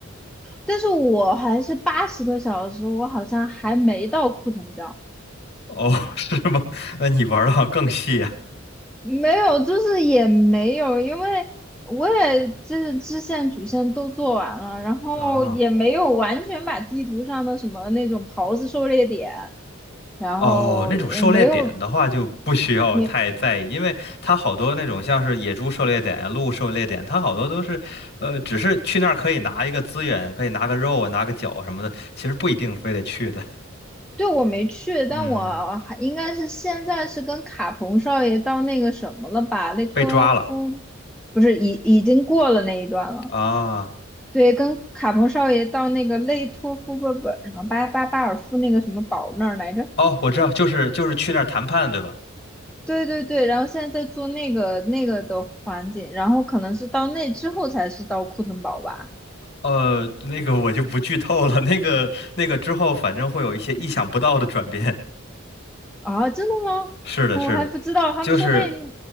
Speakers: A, in the centre; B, on the left (about 55°).
A: 但是我还是八十个小时，我好像还没到库腾堡。
B: 哦，<laughs> 是吗？那你玩的更细啊。
A: 没有，就是也没有，因为我也就是支线主线都做完了，然后也没有完全把地图上的什么那种袍子狩猎点，
B: 啊
A: 然后也没有
B: 哦，那种狩猎点的话就不需要太在意，
A: 也
B: 因为它好多那种像是野猪狩猎点呀、鹿狩猎点，它好多都是，呃，只是去那儿可以拿一个资源，可以拿个肉啊、拿个角什么的，其实不一定非得去的。
A: 对我没去，但我还应该是现在是跟卡彭少爷到那个什么了吧，
B: <laughs> 嗯，
A: 雷托夫
B: 被抓了
A: 不是已已经过了那一段了。
B: 啊！
A: 对，跟卡彭少爷到那个雷托夫不不什么巴巴巴尔夫那个什么堡那儿来着？
B: 哦，我知道，就是就是去那儿谈判，对吧？
A: 对对对，然后现在在做那个那个的环境，然后可能是到那之后才是到库腾堡吧？
B: 呃，那个我就不剧透了，那个那个之后反正会有一些意想不到的转变。
A: 啊，真的吗？
B: 是的，
A: 我还不知道，
B: 是的，
A: 他们说那
B: 就是